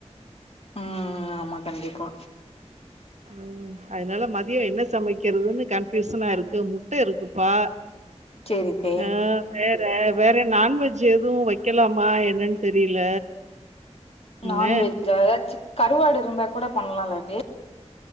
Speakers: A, on the left; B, on the right.
A: ஆஹ் ஆஹ் ஆமா கண்டிப்பா
B: ம். அதனால மதியம் என்ன சமைக்கிறதுன்னு கன்பியூசனா இருக்கு முட்ட இருக்குப்பா
A: சேரி தே
B: ஆஹ் வேற வேற வேற நான்வெஜ் எதுவும் வெக்கலாமா என்னன்னு தெரியல என்ன
A: நான்வெஜ் ஏதச்சி கருவாடு <unintelligible> கூட பண்ணலால்ல தே